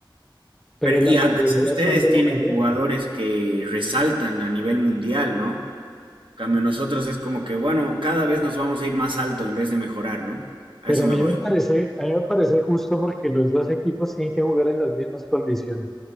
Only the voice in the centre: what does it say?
pero
la
mayoría
son de
lo caliente.
Pero
a
mí
me parece, a mí me parece justo porque los dos equipos tienen que jugar en las mismas condiciones.